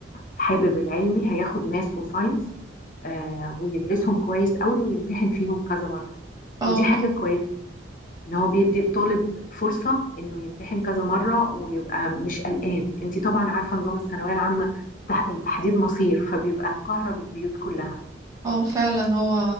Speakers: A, on the left; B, on the right.
A: حابب العلمي هياخد ماس وساينس آه، ويدرسهم كويس قوي ويمتحن فيهم كذا مرة
B: اه
A: ودي حاجة كويسة ان هو بيدي الطالب فرصة انه يمتحن كذا مرة ويبقى مش قلقان انتي طبعا عارفة نظام الثانوية العامة تح- تحديد مصير فبيبقى مكهرب البيوت كلها
B: اه فعلا هو